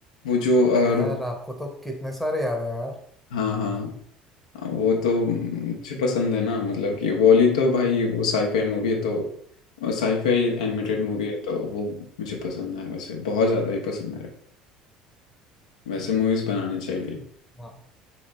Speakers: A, on the left; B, in the centre.
A: वो जो अ,
B: यार
A: रो-
B: आपको तो कितने सारे याद हैं यार
A: हाँ हाँ हाँ, वो तो मुझे पसंद है ना मतलब कि वॉली तो भाई वो साईफाई मूवी है तो साईफाई एनिमेटेड मूवी है तो वो मुझे पसंद है वैसे बहुत ज़्यादा ही पसंद है वैसे मूवीज़ बनाने चाहिए
B: हाँ